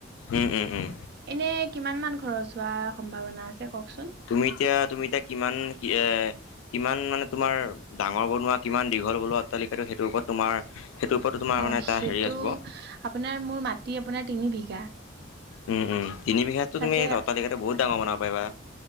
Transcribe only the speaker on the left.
উম উম উম
তুমি এতিয়া, তুমি এতিয়া কিমান কি এ, কিমান মানে তোমাৰ ডাঙৰ বনোৱা কিমান দীঘল বলোৱা অট্টালিকাটো ওপৰত তোমাৰ সেটোৰ ওপৰতো তোমাৰ
মানে এটা
হেৰি আহিব।
উম, উম, তিন বিঘাততো
তুমি অট্টালিকাটো বহুত ডাঙৰ বনাব পাৰিবা।